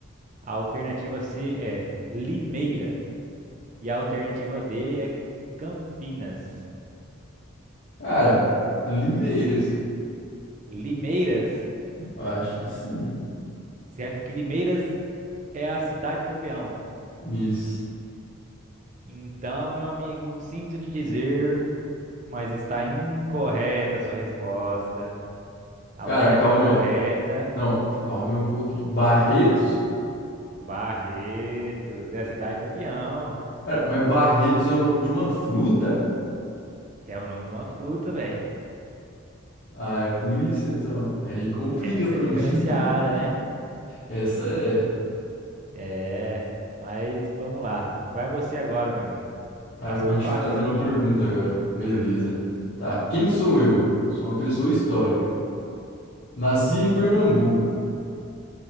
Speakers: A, on the right; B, on the left.
A: A alternativa C é Limeira. E a alternativa D é Campinas.
B: Cara, limeiras.
A: Limeiras?
B: Eu Acho que sim.
A: Você acha que Limeiras é a cidade do peão?
B: Isso.
A: Então, meu amigo, sinto te dizer, mas está incorreta a sua resposta. A
B: Cara,
A: alternativa
B: calma
A: correta
B: aí. Não, calma aí um pouquinho. Barretos?
A: Barretos, é a cidade do peão.
B: Cara, mas Barretos é o nome de uma fruta?
A: É o nome de uma fruta, velho.
B: Ah, é por isso então. Aí complica
A: Essa
B: pra
A: é diferenciada,
B: mim. <laughs>
A: né?
B: Essa é.
A: É, mas vamos lá. Vai você agora, meu amigo.
B: Aí
A: Passa
B: eu vou
A: uma
B: te
A: fácil
B: fazer
A: pra
B: uma
A: mim,
B: pergunta
A: hein?
B: agora. Beleza. Tá. Quem sou eu? Sou uma pessoa histórica. Nasci em Pernambuco.